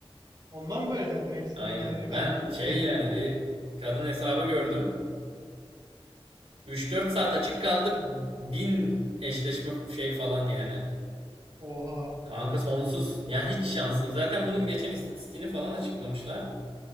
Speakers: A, on the right (about 40°); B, on the right (about 85°).
A: Ondan böyle zaten hepsinin
B: Aynen.
A: bir yerleri
B: Ben
A: kalkmış o
B: şey
A: yüzden.
B: yani
A: <laughs>
B: bir kadın hesabı gördüm. Üç dört saat açık kaldı. bin eşleşme şey falan yani.
A: Oha.
B: Kanka sonsuz. Ya hiç şansın. Zaten bunun geçen istatistiğini falan açıklamışlar.